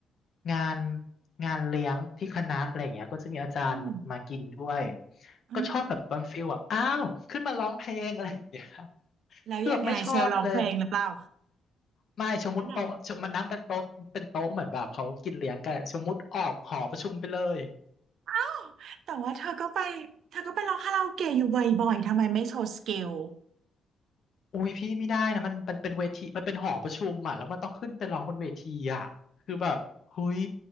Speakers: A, on the left; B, on the right.
A: งานงานเลี้ยงที่คณะอะไรอย่างเงี้ยก็จะมีอาจารย์มามากินด้วย
B: อืมอืม
A: ก็ชอบแบบเป็นฟิลแบบอ้าวขึ้นมาร้องเพลงอะไรอย่างเงี้ย
B: แล้วยังไงเชลร้องเพลงหรือเปล่า
A: คือแบบไม่ชอบเลยไม่สมมติโต๊ะมันนั่งเป็นโต๊ะเป็นโต๊ะเหมือนแบบเขากินเลี้ยงกันสมมติออกหอประชุมไปเลย
B: ได้ไหน <gasps> แต่ว่าเธอก็ไปเธอก็ไปร้องคาราโอเกะอยู่บ่อยๆทำไมไม่โชว์สกิล
A: อุ้ยพี่ไม่ได้นะมันมันเป็นเวทีมันเป็นหอประชุมอ่ะแล้วมันต้องขึ้นไปร้องบนเวทีอ่ะคือแบบหุย